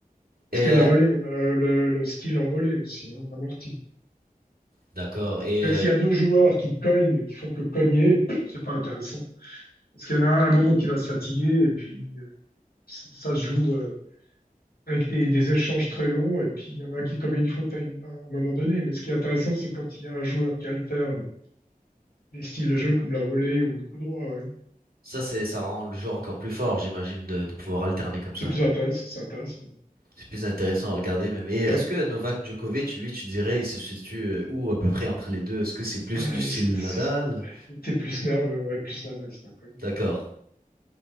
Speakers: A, on the left; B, on the right.
A: Parce
B: Et
A: qu'il y a
B: euh,
A: la volée, le, le- le skill en volée aussi, hein, en amorti.
B: D'accord. Et
A: C'est-à-dire
B: euh,
A: que s'il y a deux joueurs qui cognent, qui font que cogner, c'est pas intéressant. Parce qu'il y en a un à un moment qui va se fatiguer et puis euh, ça se joue. euh, avec des, des échanges très longs, et puis il y en a un qui commet une faute à, une- à un moment donné. Mais ce qui est intéressant, c'est quand il y a un joueur qui alterne des styles de jeu comme la volée ou le coup droit. ouais.
B: ça, c'est, ça rend le joueur encore plus fort, j'imagine, de, de pouvoir alterner comme
A: C'est
B: ça.
A: plus intéressant, c'est intéressant.
B: C'est plus intéressant à regarder même. Et est-ce
A: Il y avait-
B: que Novak Djokovic, lui, tu dirais, il se situe euh, où à peu près entre les deux? Est-ce que c'est plus
A: euh,
B: du style
A: c'est-
B: Nadal?
A: c'est- c'est- Il était plus nerveux, ouais, plus nerveux, c'est inconnu.
B: D'accord.